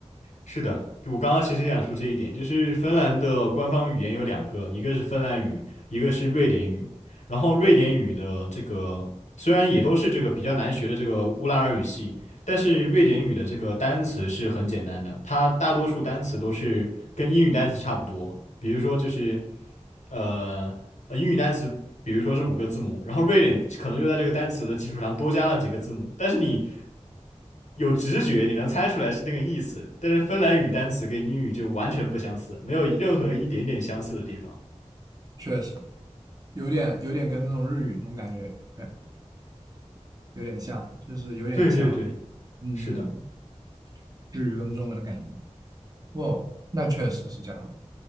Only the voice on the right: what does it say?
确实有点有点跟那种日语那种感觉，对，有点像，就是有点像，
嗯，
日语跟中文的感觉。哦，那确实是这样的。